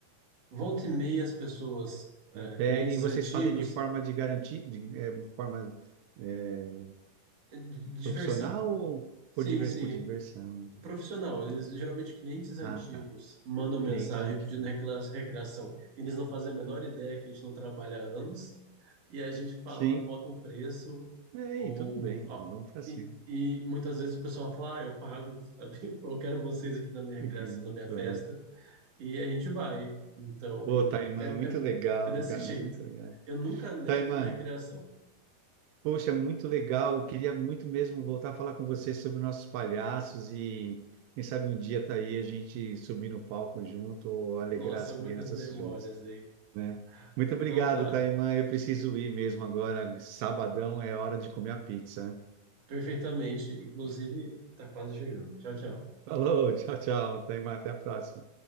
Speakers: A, on the right; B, on the right.
A: Volta e meia as pessoas, eh,
B: Pede
A: clientes
B: e vocês
A: antigos,
B: fazem de forma de garantir, de é, forma é,
A: eh, di- diversão.
B: profissional ou
A: Sim,
B: por divers,
A: sim,
B: por diversão? né?
A: profissional. Eles geralmente clientes antigos
B: Ah, tá.
A: mandam mensagem
B: Clientes antigos.
A: pedindo recla- recreação. Eles não fazem a menor ideia que a gente não trabalha há anos e a gente fala,
B: Sim.
A: bota um preço
B: É,
A: ou
B: e tudo bem.
A: ó,
B: Vamos para cima.
A: e, e
B: <laughs>
A: muitas vezes o pessoal fala, ah, eu pago, sabe? <laughs> Eu quero vocês aqui na minha recreação,
B: Ok,
A: na minha
B: Pronto.
A: festa e a gente vai. Então
B: Pô, Taimã,
A: é, é,
B: muito legal,
A: é desse
B: cara,
A: jeito.
B: muito legal.
A: Eu nunca nego
B: Taimã,
A: uma recreação.
B: Poxa, muito legal. Eu queria muito mesmo voltar a falar com você sobre nossos palhaços e quem sabe um dia tá aí a gente subir no palco junto ou alegrar
A: Nossa,
B: as crianças
A: muitas memórias
B: juntos,
A: aí.
B: né? Muito
A: Então
B: obrigado,
A: tá.
B: Taimã. Eu preciso ir mesmo agora. Sabadão é hora de comer a pizza. né?
A: Perfeitamente. Inclusive, tá quase chegando. Tchau, tchau.
B: Falou, tchau, tchau, Taimã. Até a próxima.